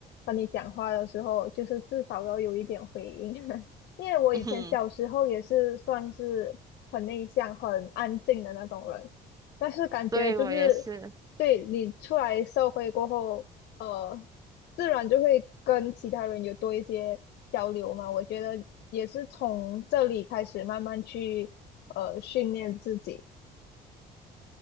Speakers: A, on the left (about 70°); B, on the right (about 20°).
A: 和你讲话的时候，就是至少要有一点回应。<laughs> 因为我以前小时候也是算是很内向、
B: 嗯哼，
A: 很安静的那种人，但是感觉就是对你出来社会过后，
B: 对，我也是。
A: 呃，自然就会跟其他人有多一些交流嘛。我觉得也是从这里开始慢慢去呃训练自己。